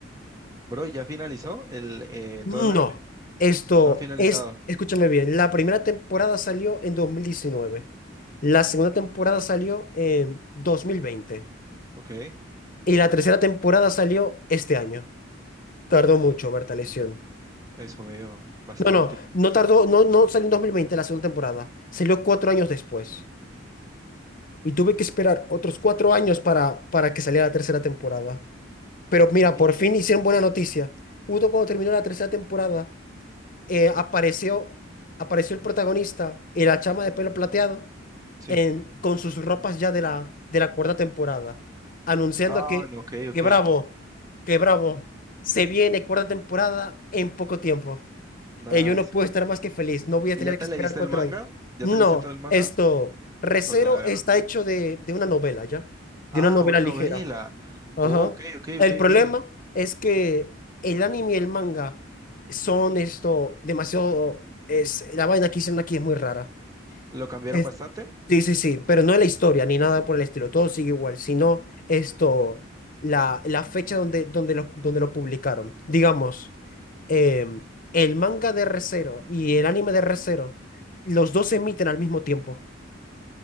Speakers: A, on the right (about 20°); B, on the left (about 45°).
A: Bro, ¿y ¿ya finalizó el eh,
B: No.
A: todo el anime?
B: Esto
A: No ha finalizado.
B: es, escúchame bien, la primera temporada salió en 2019, la segunda temporada salió en 2020
A: Ok,
B: y la tercera temporada salió este año. Tardó mucho, Bertaleción.
A: eso veo. Bastante.
B: No, no, no tardó, no, no salió en 2020 la segunda temporada, salió cuatro años después y tuve que esperar otros cuatro años para, para que saliera la tercera temporada. Pero mira,
A: Y,
B: por fin hicieron buena noticia. Justo cuando terminó la tercera temporada. eh, apareció, apareció el protagonista y la chama de pelo plateado
A: sí.
B: en, con sus ropas ya de la, de la cuarta temporada, anunciando
A: Ah,
B: que,
A: no, ok,
B: que
A: ok.
B: bravo, que bravo, se viene cuarta temporada en poco tiempo.
A: Nice.
B: Eh, yo no puedo estar más que feliz, no voy a
A: ¿Y
B: tener
A: ya te
B: que esperar
A: leíste
B: cuatro
A: el manga?
B: años.
A: ¿Ya
B: No,
A: te leíste todo el manga?
B: esto, Recero
A: ¿O todavía
B: está
A: no?
B: hecho de, de una novela, ¿ya? De
A: Ah,
B: una novela
A: una
B: ligera.
A: novela.
B: Ajá.
A: Oh, ok, ok,
B: El
A: ok,
B: problema
A: ok.
B: es que el anime y el manga son esto demasiado. Es, la vaina que hicieron aquí es muy rara.
A: ¿Lo cambiaron
B: Es-
A: bastante?
B: sí, sí, sí, pero no es la historia ni nada por el estilo. Todo sigue igual, sino esto, la, la fecha donde, donde, lo, donde lo publicaron. Digamos, em, el manga de Re:Zero y el anime de Re:Zero, los dos se emiten al mismo tiempo.